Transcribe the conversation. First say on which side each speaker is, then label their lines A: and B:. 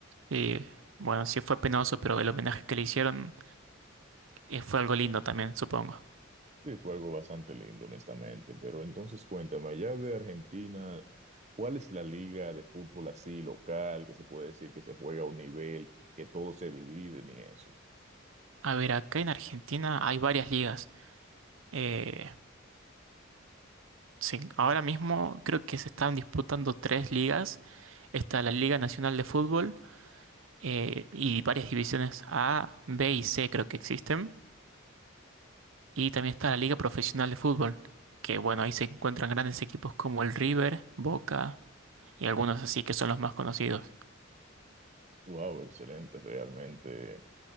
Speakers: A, on the right (about 70°); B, on the right (about 35°).
A: Y bueno, sí fue penoso, pero el homenaje que le hicieron eh, fue algo lindo también, supongo.
B: Sí, fue algo bastante lindo, honestamente. Pero entonces, cuéntame, allá de Argentina, ¿Cuál es la liga de fútbol así local que se puede decir que se juega a un nivel, que todos se dividen y eso?
A: A ver, acá en Argentina hay varias ligas. Eh, sí, ahora mismo creo que se están disputando tres ligas. Está la Liga Nacional de Fútbol eh, y varias divisiones A, B y C creo que existen. Y también está la Liga Profesional de Fútbol, que bueno, ahí se encuentran grandes equipos como el River, Boca. y algunos así que son los más conocidos.
B: Wow, excelente, realmente.